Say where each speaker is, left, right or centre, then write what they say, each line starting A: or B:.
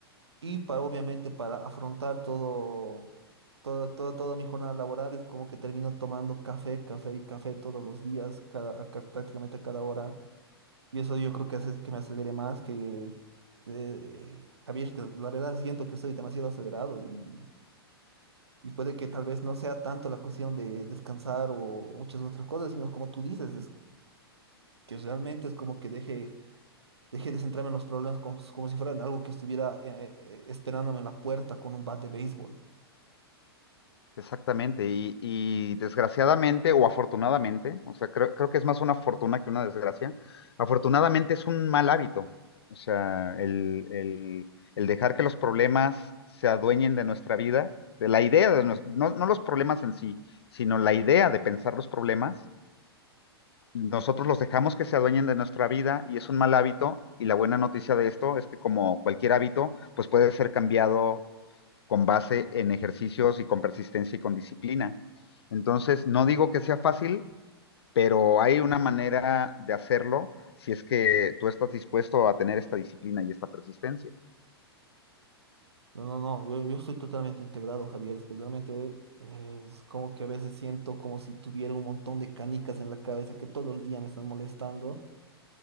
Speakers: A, on the right; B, on the left.
A: Y para, obviamente, para afrontar todo, todo, todo, toda mi jornada laboral, es como que termino tomando café, café y café todos los días, cada, a ca- prácticamente a cada hora. Y eso yo creo que hace que me acelere más, que, eh, Javier, que la verdad siento que estoy demasiado acelerado y, y puede que tal vez no sea tanto la cuestión de descansar o muchas otras cosas, sino como tú dices, es que realmente es como que deje, deje de centrarme en los problemas como, como si fueran algo que estuviera eh, eh, eh, esperándome en la puerta con un bat de béisbol.
B: Exactamente, y, y desgraciadamente o afortunadamente, o sea, creo, creo que es más una fortuna que una desgracia, afortunadamente es un mal hábito, o sea, el, el- el dejar que los problemas se adueñen de nuestra vida, de la idea, de nues- no, no los problemas en sí, sino la idea de pensar los problemas, nosotros los dejamos que se adueñen de nuestra vida y es un mal hábito y la buena noticia de esto es que como cualquier hábito, pues puede ser cambiado con base en ejercicios y con persistencia y con disciplina. Entonces, no digo que sea fácil, pero hay una manera de hacerlo si es que tú estás dispuesto a tener esta disciplina y esta persistencia.
A: No, no, no, yo, yo estoy totalmente integrado, Javier, es que realmente eh, es como que a veces siento como si tuviera un montón de canicas en la cabeza que todo el día me están molestando